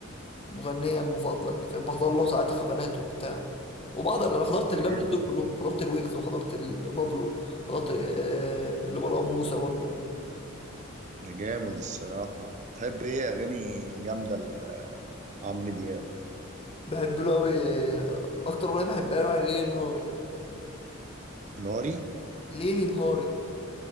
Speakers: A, on the left; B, on the right.
A: مغنية المفضل يعني فاهم بحضر له ساعات حفلات وبتاع وبحضر انا حضرت اللابلوس
B: ده جامد
A: دول كلهم
B: ده
A: حضرت الويجز وحضرت ال- بابلو حضرت آه، لمروان موسى برضه
B: ده جامد الصراحة تحب إيه أغاني جامدة لعمرو دياب؟
A: بحب له قوي اكتر اغنيه بحبها له يعني ليلي نهاري
B: ناري؟
A: ليلي نهاري